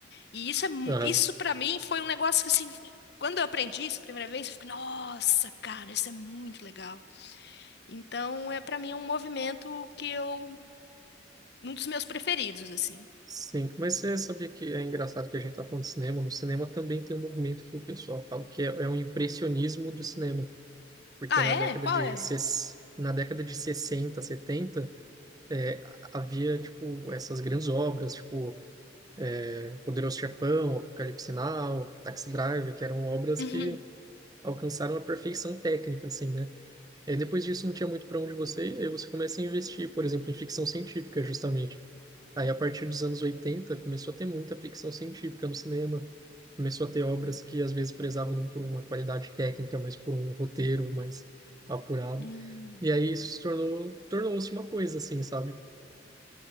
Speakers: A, on the left (about 60°); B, on the right (about 20°).
A: E isso é, mu-
B: Aham.
A: isso para mim foi um negócio que assim, quando eu aprendi isso a primeira vez, eu fiquei, nossa, cara, isso é muito legal. Então, é para mim é um movimento que eu um dos meus preferidos assim.
B: Sim, mas você sabia que é engraçado que a gente está falando de cinema? No cinema também tem um movimento que o pessoal fala que é, é o impressionismo do cinema, porque
A: Ah,
B: na
A: é?
B: década
A: Qual
B: de,
A: é?
B: ses- na década de 60, 70, é, havia, tipo, essas grandes obras, tipo, é, Poderoso Chefão, Apocalipse Now, Taxi Driver, que eram obras
A: Uhum.
B: que
A: <laughs>
B: alcançaram a perfeição técnica, assim, né? E aí, depois disso não tinha muito para onde você ir, aí você começa a investir, por exemplo, em ficção científica, justamente. Aí, a partir dos anos 80 começou a ter muita ficção científica no cinema. Começou a ter obras que às vezes prezavam não por uma qualidade técnica, mas por um roteiro mais apurado.
A: Hum.
B: E aí isso se tornou, tornou-se uma coisa, assim, sabe?